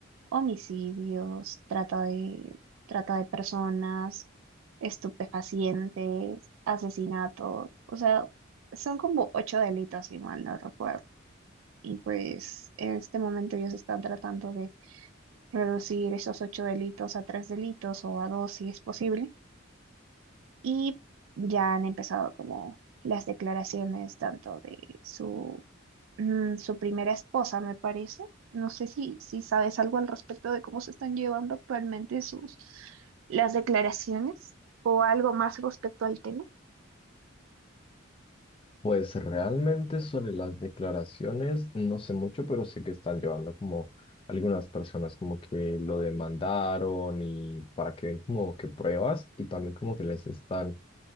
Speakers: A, on the right; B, on the left.
A: homicidios, trata de, trata de personas, estupefacientes, asesinato, o sea, son como ocho delitos, si mal no recuerdo. Y pues en este momento ellos están tratando de reducir esos ocho delitos a tres delitos o a dos si es posible Y ya han empezado como las declaraciones tanto de su, mm, su primera esposa, me parece. No sé si, si sabes algo al respecto de cómo se están llevando actualmente sus las declaraciones o algo más respecto al tema.
B: Pues realmente sobre las declaraciones no sé mucho, pero sé que están llevando como algunas personas como que lo demandaron y para que ven como que pruebas y también como que les están